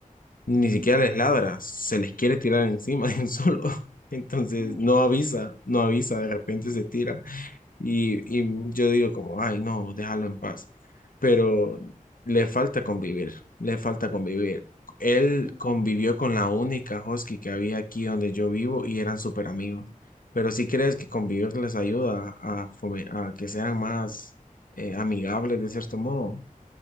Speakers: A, on the left; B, on the right.
A: Ni
B: Mm.
A: siquiera les ladra, se les quiere tirar encima de un solo. <laughs> Entonces,
B: Ay.
A: no avisa, no avisa, de repente se tira. Y, y yo digo como, ay, no, déjalo en paz. Pero le falta convivir, le falta convivir. Él
B: Y-
A: convivió con la única husky que había aquí donde yo vivo y eran súper amigos. Pero si crees que convivir les ayuda a, fome- a que sean más eh, amigables de cierto modo?